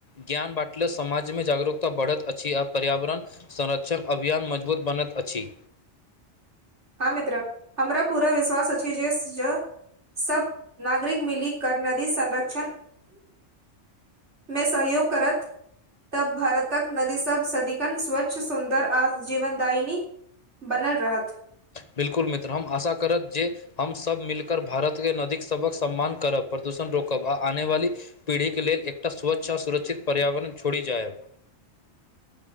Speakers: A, on the left (about 35°); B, on the right (about 75°).
A: ज्ञान बाँटले समाज मे जागरूकता बढ़ैत अछि आ पर्यावरण। संरक्षण अभियान मजबूत बनत अछि।
B: हँ मित्र, हमरा पूरा विश्वास अछि जे। सब नागरिक मिली कर नदी संरक्षण। में सहयोग करत। तब भारतक नदी सब सदिकन स्वच्छ, सुन्दर आ जीवनदायनी। बनल रहत।
A: बिल्कुल मित्र, हम आशा करब जे। हम सब मिलकर भारत के नदीक सबहक सम्मान करब, प्रदूषण रोकब आ आने वाली। पीढ़ीके लेल एकटा स्वच्छ आ सुरक्षित पर्यावरण छोड़ि जायब।